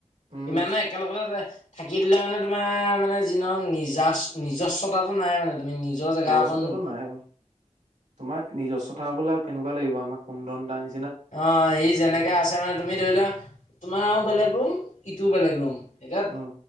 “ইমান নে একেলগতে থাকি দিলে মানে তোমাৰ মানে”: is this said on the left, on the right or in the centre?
Left